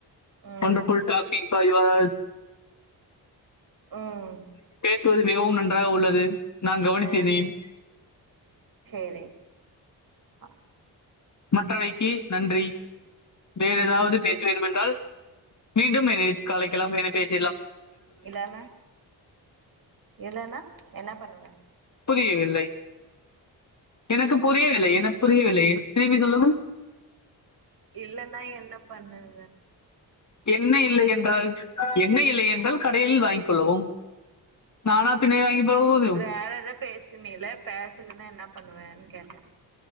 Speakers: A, on the right (about 50°); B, on the left (about 40°).
A: ம்
B: ஒண்டர்ஃபுல் டாக்கிங் ஃபார் யுவர்
A: ம்
B: சோது மிகவும் நன்றாக உள்ளது நான் கவனித்தேன்
A: ம் சேரி அ
B: மற்றவைக்கி நன்றி வேற
A: ம்
B: எதாவ்து பேச வேண்டுமென்றால் மீண்டும் இணை கலைக்கெலாம் <unintelligible>
A: இல்லன்னா இல்லன்னா என்ன பண்ணுவ
B: புரியவில்லை எனக்கு புரியவில்லை எனக் புரியவில்லை திரும்பி சொல்லவும்
A: இல்லன்னா என்ன பண்ணுவ
B: என்ன இல்லை என்றால் என்ன இல்லை என் றால் கடையில் வாய்ங்க் கொள்ளவும் நானா பின்னே வாங்கி போதும்.
A: வேற எதாது பேசுனில பேசலன்னா என்ன பண்ணுவேன் கேட்ட